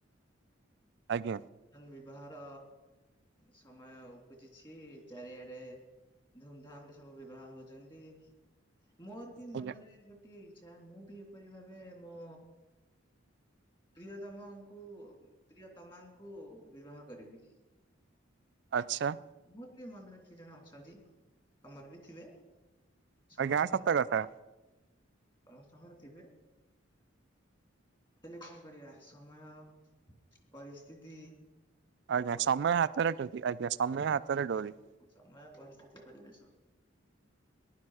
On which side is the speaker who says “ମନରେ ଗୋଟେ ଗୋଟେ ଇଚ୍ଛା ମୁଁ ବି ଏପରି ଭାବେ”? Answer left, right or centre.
Left